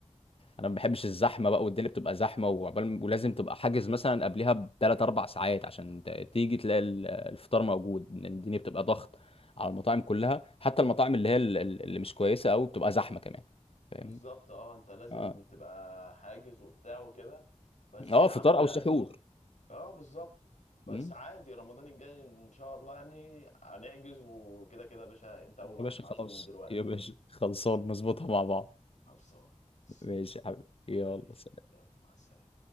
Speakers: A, on the left; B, on the left.
A: انا ما بحبش الزحمه بقى والدنيا بتبقى زحمه وعقبال ولازم تبقى حاجز مثلا قبلها بثلاث اربع ساعات عشان ت- تيجي تلاقي ال- الفطار موجود الدنيا بتبقى ضغط على المطاعم كلها حتى المطاعم اللي هي ال- ال- اللي مش كويسه قوي بتبقى زحمه كمان فاهمني
B: بالظبط اه انت لازم
A: اه
B: تبقى حاجز وبتاع وكده بس
A: اه
B: يا عم
A: فطار او سحور
B: اه بالظبط بس
A: مم.
B: عادي رمضان الجاي ان شاء الله يعني هنحجز وكده كده يا باشا انت اول واحد
A: يا باشا
B: معزوم
A: خلاص
B: من دلوقتي
A: يا
B: اهو
A: باشا خلصان نظبطها مع بعض
B: خلصان يا ريس.
A: ماشي يا حبيبي يلا
B: حبيبي يلا مع السلامة